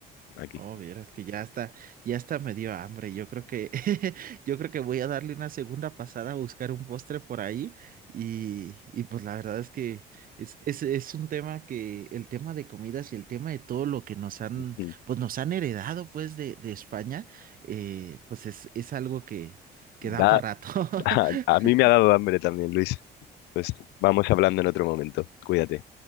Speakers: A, on the left; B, on the right.
A: aquí.
B: Oh, vieras que ya está, ya está me dio hambre. Yo creo que, <laughs> yo creo que voy a darle una segunda pasada a buscar un postre por ahí. Y, y pues la verdad es que es, es, es un tema que, el tema de comidas y el tema de todo lo que nos han,
A: Ujú.
B: pues nos han heredado pues de, de España, eh, pues es, es algo que, que
A: Da-
B: da para rato.
A: <laughs> a,
B: <laughs>
A: a mí me ha dado hambre también, Luis. Pues vamos hablando en otro momento. Cuídate.